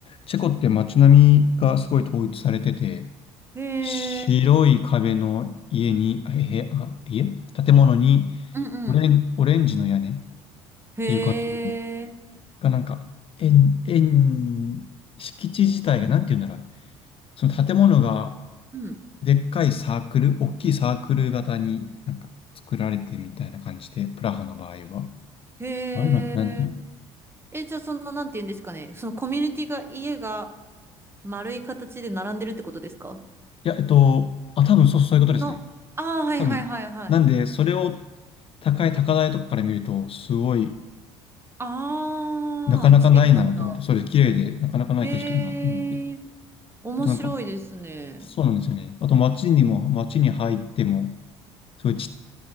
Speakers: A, on the left (about 40°); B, on the right (about 15°).
A: チェコって街並みがすごい統一されてて、
B: へえ。
A: 白い壁の家に、あ、へ、あ、家建物に
B: うんうん。
A: オレン、オレンジの屋根っ
B: へえ。
A: ていう感じで、がなんか、円、円、敷地自体がなんて言うんだろう。その建物が
B: うん。
A: でっかいサークル、大きいサークル型になんか作られてみたいな感じで、プラハの場合は。
B: へえ。
A: ああいうのってなんていうの
B: え、じゃあその、なんて言うんですかね。そのコミュニティが、家が丸い形で並んでるってことですか
A: いや、えっと、あ、多分そう、そういうことですね。
B: の。ああ、はいはいはいはい。
A: 多分。なんで、それを高い高台とかから見ると、すごい、
B: ああ、
A: なかなかないなと思って、
B: 綺麗なんだ。
A: それ綺麗で、なかなかない景色だなと思って。
B: へえ。面白いですね。
A: あとなんか、そうなんですよね。あと街にも、街に入っても、すごいちっ、